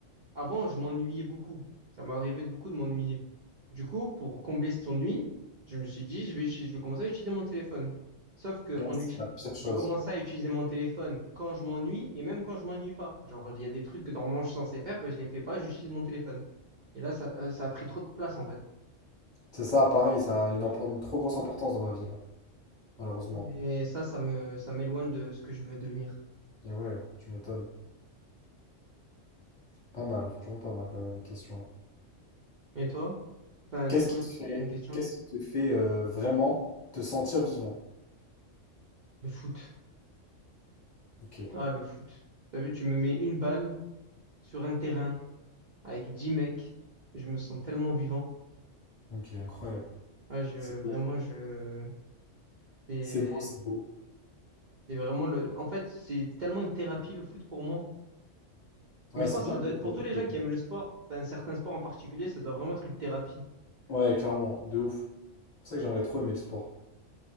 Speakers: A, on the right; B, on the left.
A: Avant, je m'ennuyais beaucoup. Ça m'arrivait de beaucoup de m'ennuyer. Du coup, pour combler cet ennui, je me suis dit, je vais, uti- je vais commencer à utiliser mon téléphone. Sauf que
B: c'est
A: en util-
B: la pire chose.
A: j'ai commencé à utiliser mon téléphone quand je m'ennuie et même quand je m'ennuie pas. Genre, il y a des trucs que normalement je suis censé faire, ben, je les fais pas, j'utilise mon téléphone. Et là, ça, euh, ça a pris trop de place en fait.
B: C'est ça, pareil, ça a une, impor- une trop grosse importance dans ma vie, là, malheureusement.
A: Et ça, ça me, ça m'éloigne de ce que je veux devenir.
B: Et ouais, tu m'étonnes. Pas mal, franchement pas mal euh, les questions là.
A: Et toi? Enfin,
B: Qu'est-ce
A: du coup,
B: qui te fait,
A: t'as une question?
B: qu'est-ce qui te fait euh, vraiment te sentir vivant?
A: Le foot.
B: Ok,
A: Ah, le foot. T'as vu, tu me mets une balle sur un terrain. avec 10 mecs. Je me sens tellement vivant.
B: ok, incroyable.
A: Ouais, je,
B: C'est
A: vraiment,
B: beau,
A: je, c'est
B: c'est beau, c'est beau.
A: c'est vraiment le, en fait, c'est tellement une thérapie le foot pour moi.
B: Ouais,
A: Mais je
B: c'est
A: pense
B: bien
A: que ça doit
B: que t'aies
A: être
B: trouvé
A: pour tous
B: ton
A: les
B: truc.
A: gens qui aiment le sport, un certain sport en particulier, ça doit vraiment être une thérapie.
B: Ouais, clairement, de ouf. C'est pour ça que j'aimerais trop aimer le sport.